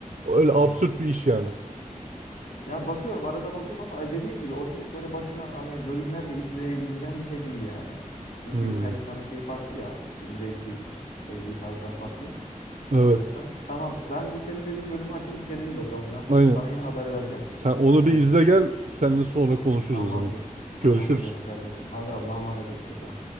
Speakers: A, on the right; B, on the left.
A: Öyle
B: tamam.
A: absürt bir iş yani.
B: Ya bakıyorum arada bakıyorum ama e, dediğim gibi oturup böyle başına hani bölümlerce izleyebileceğim bir şey değil yani. Çünkü
A: Hmm.
B: her insanın şeyi farklı ya zevki, sevdiği tarzlar farklı. O
A: Evet.
B: sebepten. Tamam ben bu senin dediğin bölümü açayım bir seyredeyim bakalım ya.
A: Aynen.
B: Sana
A: S-
B: yine haber vereceğim.
A: Sen onu
B: Yani
A: bir izle gel. Seninle sonra konuşuruz
B: tamamdır.
A: o zaman.
B: Tamam
A: Görüşürüz.
B: o zaman kardeşim. Hadi Allah'a emanet hoşça kal.